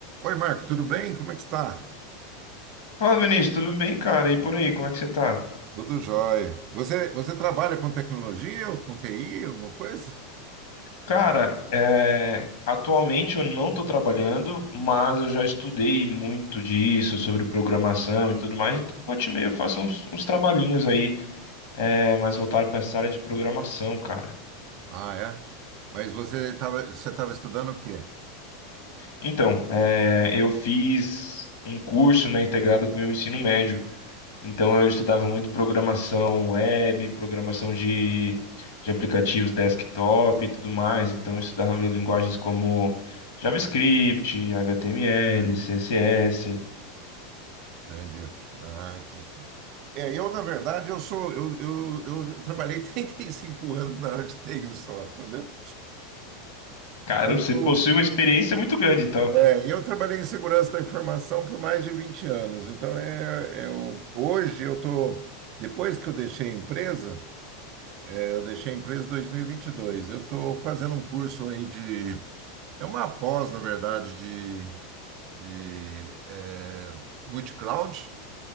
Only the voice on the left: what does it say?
Fala, Vinícius, tudo bem, cara? E por aí, como é que você tá?
Cara, é, atualmente eu não tô trabalhando, mas eu já estudei muito disso, sobre programação e tudo mais, então volta e meia eu faço uns, uns trabalhinhos aí, é, mais voltado para essa área de programação, cara.
Então, é, eu fiz um curso, né, integrado com o meu ensino médio. Então eu estudava muito programação web, programação de, de aplicativos desktop e tudo mais. Então eu estudava linguagens como JavaScript, HTML, CSS.
Cara,
você possui uma experiência muito grande, então.